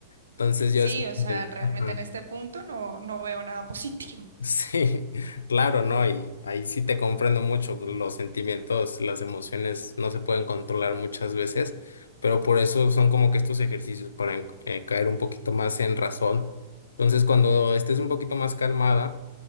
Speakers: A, on the left; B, on the right.
A: Entonces yo
B: Sí,
A: así...
B: o sea, realmente
A: Ajá.
B: en este punto no, no veo nada positivo.
A: Sí, <laughs> claro, ¿no? Y ahí sí te comprendo mucho. Los sentimientos, las emociones no se pueden controlar muchas veces, pero por eso son como que estos ejercicios para en- eh, caer un poquito más en razón. Entonces, cuando estés un poquito más calmada,